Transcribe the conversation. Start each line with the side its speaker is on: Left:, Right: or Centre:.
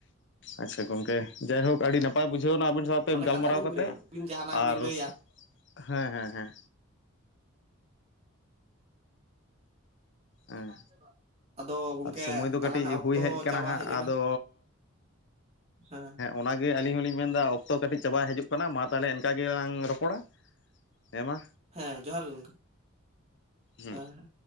Left: ᱟᱪᱪᱷᱟ ᱜᱚᱝᱠᱮ ᱡᱟᱭᱦᱳᱠ ᱟᱹᱰᱤ ᱱᱟᱯᱟᱭ ᱱᱟᱯᱟᱭ ᱵᱩᱡᱷᱟᱹᱣ ᱮᱱᱟ ᱟᱵᱤᱱ ᱥᱟᱶᱛᱮ
Right: ᱢᱟᱱᱮ
Left: ᱜᱟᱞᱢᱟᱨᱟᱣ
Right: ᱠᱟᱛᱷᱟ ᱵᱤᱱ
Left: ᱠᱟᱛᱮ
Right: ᱵᱩᱡᱷᱟᱹᱣ ᱫᱟ ᱟᱹᱵᱤᱱ ᱡᱟᱦᱟᱱᱟᱜ
Left: ᱟᱨ
Right: ᱵᱤᱱ ᱞᱟᱹᱭᱟ
Left: ᱦᱮᱸ ᱦᱮᱸ ᱦᱮᱸ ᱦᱮᱸ
Right: ᱵᱟ <unintelligible> ᱟᱫᱚ ᱜᱚᱝᱠᱮ
Left: ᱥᱚᱢᱚᱭ ᱫᱚ
Right: ᱟᱞᱟᱝᱟᱜ
Left: ᱠᱟᱹᱴᱤᱡ
Right: ᱚᱠᱛᱚ
Left: ᱦᱩᱭ ᱦᱮᱡ ᱠᱟᱱᱟ
Right: ᱪᱟᱵᱟ
Left: ᱦᱟᱸᱜ
Right: ᱦᱮᱡ ᱮᱱᱟ
Left: ᱟᱫᱚ
Right: ᱦᱮᱸ
Left: ᱚᱱᱟᱜᱮ ᱟᱹᱞᱤᱧ ᱦᱚᱞᱤᱧ ᱢᱮᱱᱮᱫᱟ ᱚᱠᱛᱚ ᱠᱟᱹᱴᱤᱡ ᱪᱟᱵᱟᱭ ᱦᱤᱡᱩᱜ ᱠᱟᱱᱟ ᱢᱟ ᱛᱟᱦᱚᱞᱮ ᱤᱱᱠᱟ ᱜᱮᱞᱟᱝ ᱨᱚᱯᱚᱲᱟ ᱦᱮ ᱢᱟ
Right: ᱦᱮᱸ ᱡᱚᱦᱟᱨ ᱜᱮ ᱜᱚᱝᱠᱮ
Left: ᱦᱩᱸ
Right: ᱦᱮᱸ ᱦᱮ